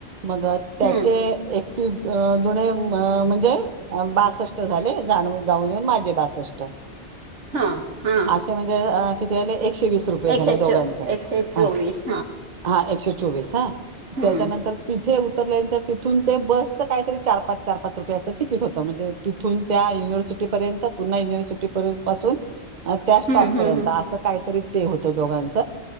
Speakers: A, on the right (about 45°); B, on the right (about 90°).
A: मग त्याचे
B: हम्म
A: एक... एकतीस अ दूने म म्हणजे बासष्ट झाले जाण जाऊन येऊन माझे बासष्ट...
B: हा हा.
A: अस म्हणजे एकशे... तेवीस रूपय झाले
B: एकशे
A: दोेघाच
B: चो एकशे चोवीस
A: हा हा एकशे चोवीस अ...
B: हम्म
A: त्याच्यानंतर तिथे उतरल्या तिथून ते बस... काहीतरी चार पाच चार पाच रुपय असं तिकट होत म्हणजे तिथून त्या युनिवर्सिटीपर्यंत पुन्हा युनिव्हर्सिटीत पूर्वीपासुन त्या स्टॉप
B: हम्म
A: पर्यंत
B: हम्म
A: असं काहीतरी ते होत दोघांच